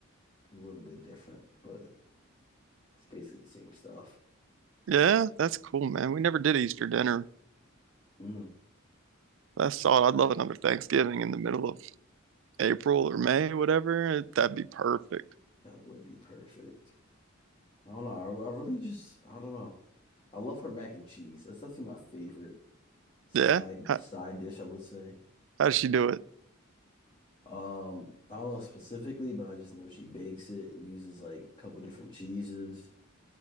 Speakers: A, on the left; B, on the right.
A: a little bit different. But it's basically the same stuff.
B: Yeah, that's cool, man. We never did Easter dinner.
A: Mm,
B: That's solid. I'd love another Thanksgiving in the middle of April or May, whatever. That'd be perfect.
A: that would be perfect. I don't know. I, I really just, I don't know. I love her mac and cheese. That's definitely my favorite. side
B: Yeah? How,
A: side dish, I would say.
B: how does she do it?
A: Um, I don't know specifically, but I just know she bakes it and uses like a couple different cheeses.